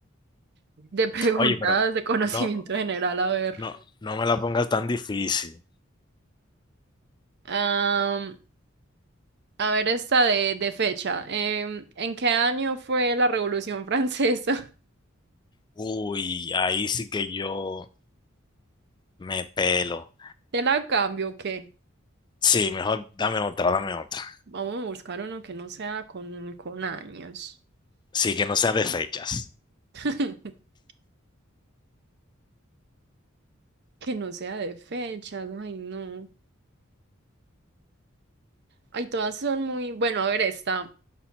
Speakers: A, on the right; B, on the left.
A: de <laughs> preguntas
B: Oye, pero
A: de conocimiento
B: no,
A: general, a ver.
B: no, no me la pongas tan difícil.
A: Am, a ver esta de, de fecha. Em, ¿en qué año fue la Revolución Francesa? <laughs>
B: Uy, ahí sí que yo me pelo.
A: ¿Te la cambio o qué?
B: Sí, mejor dame otra, dame otra.
A: Vamos a buscar uno que no sea con, con años.
B: Sí, que no sea de fechas.
A: <laughs> Que no sea de fechas, ay no. Ay, todas son muy, bueno, a ver esta.